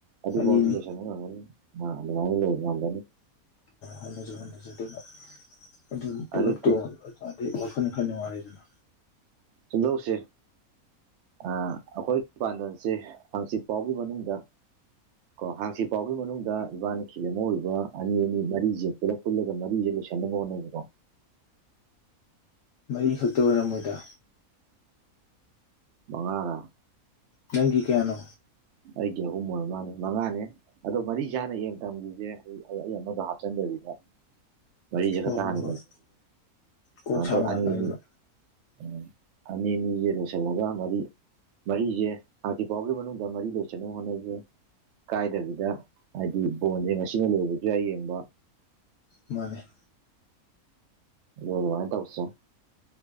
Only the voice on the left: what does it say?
ꯑꯅꯤꯅꯤ
ꯍꯣꯠꯅꯖꯩ ꯍꯣꯅꯖꯩ ꯑꯗꯨꯒ ꯑꯗꯨ ꯄꯨꯂ
ꯋꯥꯈꯅ ꯊ ꯅꯨꯡꯉꯥꯏꯗꯨꯅ
ꯃꯔꯤꯈꯛꯇ ꯑꯣꯏꯔꯝꯃꯣꯏꯗ
ꯅꯪꯒꯤ ꯀꯌꯥꯅꯣ
ꯍꯣꯏ
ꯍꯣꯏ
ꯍꯣꯏ ꯀꯣꯛ
ꯁꯥꯕ
ꯂꯥꯛꯀꯅꯤꯕ
ꯃꯥꯅꯦ